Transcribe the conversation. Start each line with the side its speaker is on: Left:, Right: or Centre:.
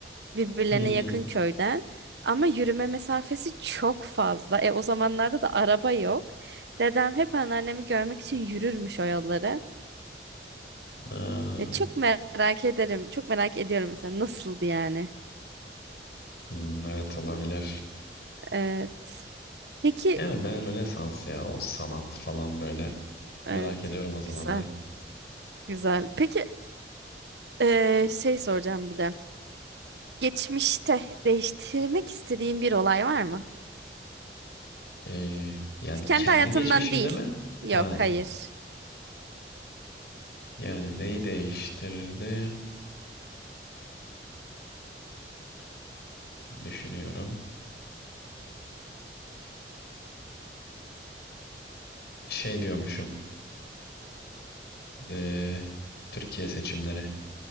Right: birbirlerine
Left: Hmm.
Right: yakın köyden ama yürüme mesafesi çok fazla. E, o zamanlarda da araba yok. Dedem hep anneannemi görmek için yürürmüş o yolları.
Left: Aa,
Right: E, çok merak ederim. Çok merak ediyorum mesela nasıldı yani.
Left: hmm, evet olabilir.
Right: Evet. Peki
Left: Yani ben Rönesans ya o sanat falan böyle merak
Right: evet
Left: ediyorum o zamanlar.
Right: güzel güzel. Peki e, şey soracağım bir de. Geçmişte değiştirmek istediğin bir olay var mı?
Left: Ee, yani
Right: Kendi
Left: kendi
Right: hayatından
Left: geçmişimde
Right: değil.
Left: mi? Ha
Right: Yok, hayır.
Left: yani neyi değiştirirdim düşünüyorum. Şey diyormuşum. ee, Türkiye seçimleri.